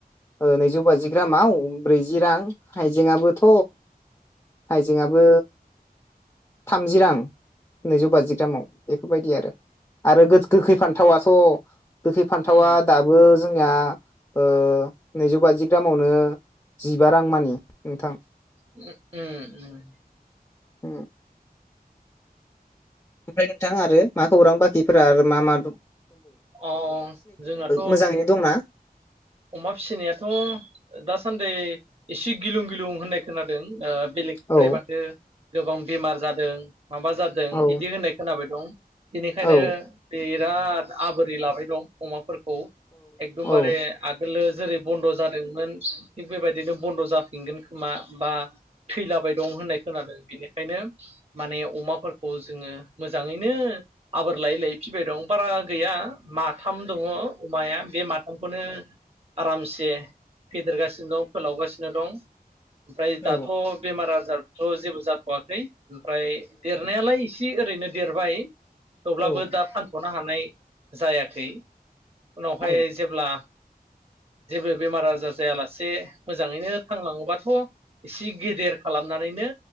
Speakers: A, on the left (about 20°); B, on the right (about 40°).
A: ओ नैजौ बाजि ग्रामाव ब्रैजि रां हाय जेंआबोथ' हाइजेंआबो थामजि रां नैजौ बाजि ग्रामाव बेफोरबायदि आरो आरो गो-गोखै फान्थावाथ' गोखै फान्थावा
B: उम उम
A: दाबो जोंनिया ओ नैजौ बाजि ग्रामावनो जिबा रां मानि नोंथां
B: उम उम
A: उम ओमफ्राय नोंथां आरो मा खौरां बाखिफोरा आरो मा मा दं
B: अ जोंनाथ'
A: मोजाङैनो दंना
B: अमा फिनायाथ' दासान्दै एसे गिलुं गिलुं होननाय खोनादों ओ बेलेग फ्राय
A: औ
B: माथो गोबां बेमार जादों माबा जादों
A: औ
B: बिदि होननाय खोनाबाय दं बेनिखायनो
A: औ
B: बेयो जाथ आबोरै लाबाय दं अमाफोर औ एकदमबारे
A: औ
B: आगोलो जेरै बन्द जादोंमोन थिग बेबायदिनो बन्द जाफिनगोन खोमा बा थैलाबाय दं होननाय खोनादों बेनिखायनो माने अमाफोरखौ जोङो मोजाङैनो आबोर लायै लायै फिसिबाय दं बारा गैया माथाम दङ अमाया बे माथामखौनो आरामसे फेदेरगासिनो दं फोलावगासिनो दं। ओमफ्राय दाथ
A: औ
B: बेमार आजार थ जेबो जाथवाखै। ओमफ्राय देरनायालाय एसे इसे ओरैनो देरबाय। थेवब्लाबो
A: औ
B: दा फान थनो हानाय जायाखै। उनावहाय
A: औ
B: जेब्ला जेबो बेमार आजार जायालासे मोजाङैनो थांलाङोबाथ एसे गेदेर खालामनानैनो